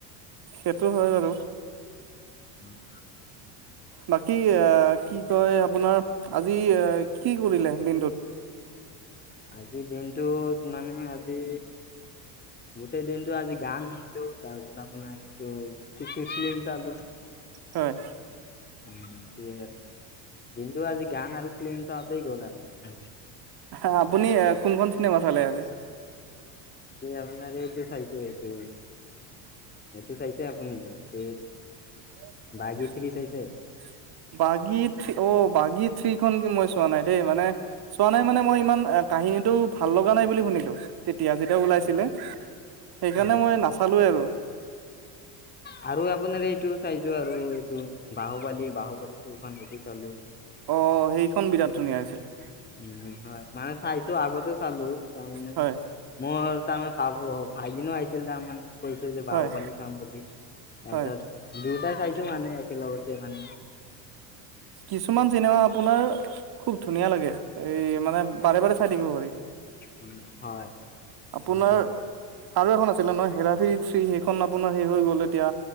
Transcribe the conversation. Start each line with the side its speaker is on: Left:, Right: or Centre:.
Right: সেটো হয় বাৰু।
Left: উম,
Right: বাকী আহ, কি কয় আপোনাৰ আজি এ কি কৰিলে দিনটোত?
Left: আজিৰ দিনটোত মানে আজি গোটেই দিনটো আজি গান শুনিলো তাৰপিছত আপোনাৰ এইটো ফি - ফি -ফিল্ম চালো
Right: হয়।
Left: উম, তিয়ে আৰ দিনটো আজি গান আৰু ফিলিম চাওতেই গ'ল আৰু
Right: <unintelligible> আপুনি কোনখন চিনেমা চালে আজি?
Left: আপোনাৰ মই আজি এইটো চাইছো এইটো -এইটো চাইছে আপুনি এইটো?
Right: <unintelligible>
Left: বাঘী থ্ৰী চাইছে
Right: বাগীত অ, বাগী থ্ৰী এইখন ফিল্ম মই চোৱা নাই দেই মানে চোৱা নাই মানে মই ইমান কাহিনীটো ভাল লগা নাই বুলি শুনিলো তেতিয়া দিয়া যেতিয়া ওলাইছিলে সেইকাৰণে
Left: অ
Right: মই নাচালোৱে আৰু।
Left: আৰু আপোনাৰ এইটো চাইছো আৰু এইটো বাহবালি - বাহবালিটো খন এ চলো।
Right: অ, সেইখন বিৰাট ধুনীয়া হৈছিলে।
Left: উম, হয় মানে চাইছো আগতে চালো তাৰমানে
Right: হয়
Left: মই তাৰে ভাবো ভাইদিনো আহিছিল তাৰমানে কৈছো যে বাহু
Right: হয়
Left: পালী চাম বুলি তাৰপিছত
Right: হয়
Left: দুতাই খাইছো মানে একেলগতে মানে
Right: কিছুমান চিনেমা আপোনাৰ খুব ধুনীয়া লাগে এই মানে বাৰে বাৰে চাই থাকিব পাৰি।
Left: উম, হয়
Right: আপোনাৰ
Left: তেনেয়লে
Right: আৰু এখন আছিলে নহয় হেৰাফৰি থ্ৰী সেইখন আপোনাৰ হে হৈ গ'ল এতিয়া